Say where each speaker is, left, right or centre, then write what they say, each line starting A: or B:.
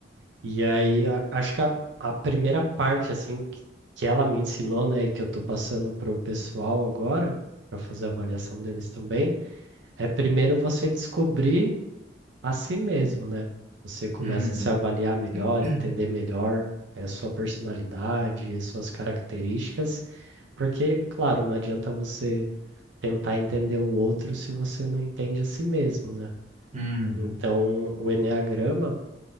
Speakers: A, on the right (about 70°); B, on the right (about 40°).
A: E aí, a- acho que a, a primeira parte, assim, que, que ela me ensinou, né, e que eu tô passando pro pessoal agora, para fazer a avaliação deles também, é primeiro você descobrir a si mesmo, né? Você começa
B: uhum,
A: a se avaliar melhor,
B: <clears throat>
A: entender melhor, é, sua personalidade, suas características, porque, claro, não adianta você tentar entender o outro se você não entende a si mesmo, né?
B: uhum,
A: Então, o enneagrama